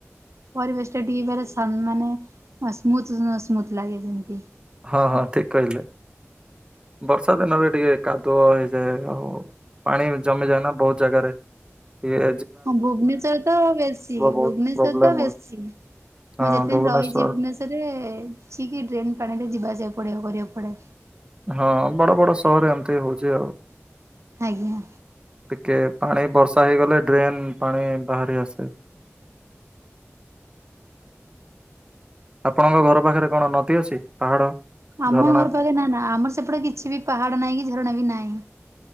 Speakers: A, on the right; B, on the right.
A: ପରିବେଶ ଟା ଟିକେ ବାର ସମାନେ ସ୍ମୁଥ ସ୍ମୁଥ ଲାଗେ ଯେମତି
B: ହଁ ହଁ ଠିକ୍ କହିଲେ ବର୍ଷା ଦିନରେ ଟିକେ କାଦୁଅ ହେଇଯାଏ ଆଉ ପାଣି ଜମିଯାଏ ନା ବହୁତ୍ ଜାଗାରେ ଇଏ
A: ହଁ ଭୁବନେଶ୍ଵର ତ ବେଶୀ ଭୁବନେଶ୍ଵର
B: ବହୁତ ପ୍ରୋବ୍ଲେମ
A: ତ ବେଶୀ
B: ହୁଏ
A: ମୁଁ
B: ହଁ
A: ଯେତେ
B: ଭୁବନେଶ୍ଵର
A: ଦିନ ରହିଛି ଭୁବନେଶ୍ୱରରେ ଲୁଚିକି ଡ୍ରେନ ପାଣି ରେ ଯିବା ଆସିବା ପଡ଼ିବା କୁ କରିବାକୁ ପଡେ
B: ହଁ ବଡ ବଡ ସହର ଏମତି ହଉଛି ଆଉ
A: ଆଜ୍ଞା
B: ଟିକେ ପାଣି ବର୍ଷା ହେଇଗଲେ ଡ୍ରେନ ପାଣି ବାହାରି ଆସେ ଆପଣଙ୍କ ଘର ପାଖେରେ କଣ ନଦୀ ଅଛି ପାହାଡ
A: ଆମ
B: ଝରଣା
A: ଘର ପାଖରେ ନା ନା ଆମର ସେପଟେ କିଛି ବି ପାହାଡ ନାଇଁ କି ଝରଣା ବି ନାଇଁ